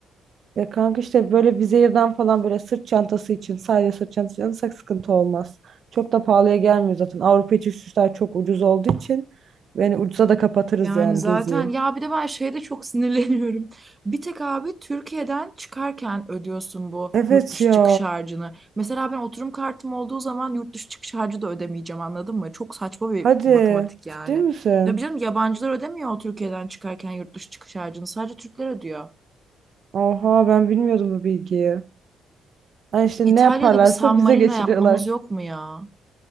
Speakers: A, on the right; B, on the right.
A: Ya kanka işte böyle Vizier'den falan böyle sırt çantası için sadece sırt çantası alırsak sıkıntı olmaz. Çok da pahalıya gelmiyor zaten. Avrupa içi uçuşlar çok ucuz olduğu için yani ucuza da kapatırız
B: Yani
A: yani
B: zaten
A: geziyi.
B: ya bir de ben şeye de çok sinirleniyorum. <laughs> Bir tek abi Türkiye'den çıkarken ödüyorsun bu
A: Evet
B: yurt dışı
A: ya.
B: çıkış harcını. Mesela ben oturum kartım olduğu zaman yurt dışı çıkış harcı da ödemeyeceğim anladın mı? Çok saçma bir
A: Hadi.
B: matematik yani.
A: Ciddi misin?
B: Tabii canım yabancılar ödemiyor o Türkiye'den çıkarken yurt dışı çıkış harcını. Sadece Türkler ödüyor.
A: Oha ben bilmiyordum bu bilgiyi. Ha işte
B: İtalya'da
A: ne yaparlarsa
B: bir San Marino
A: bize geçiriyorlar.
B: yapmamız yok mu ya?